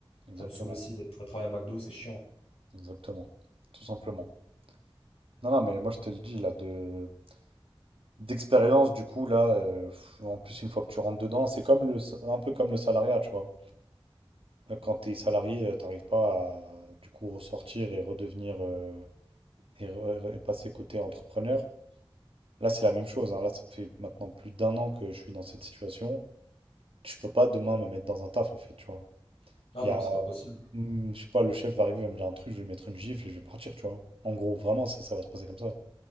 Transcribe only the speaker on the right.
exactement.
Exactement. Tout simplement. Non, non, mais moi, je te le dis, là, de d'expérience, du coup, là, euh, pff, en plus, une fois que tu rentres dedans, c'est comme le, sa- un peu comme le salariat, tu vois. Euh, Quand t'es salarié, euh, t'arrives pas à, du coup, ressortir et redevenir. euh, et, re- et passer côté entrepreneur. Là, c'est la même chose, hein. Là, ça fait maintenant plus d'un an que je suis dans cette situation. Je peux pas demain me mettre dans un taf, en fait, tu vois.
Il
y a,
Hmm, je sais pas, le chef va arriver, il va me dire un truc, je vais lui mettre une gifle et je vais partir, tu vois. En gros, vraiment, c'est, ça va se passer comme ça.